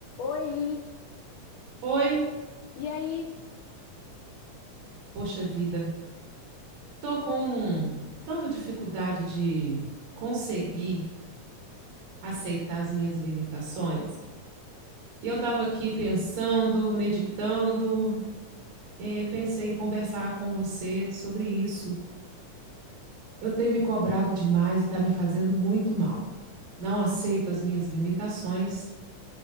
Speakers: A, on the left (about 80°); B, on the right (about 65°).
A: Oi,
B: Oi,
A: e aí?
B: poxa vida, tô com tanta dificuldade de conseguir aceitar as minhas limitações. E eu estava aqui pensando, meditando, eh, pensei em conversar com você sobre isso. Eu tenho me cobrado demais e está me fazendo muito mal. Não aceito as minhas limitações,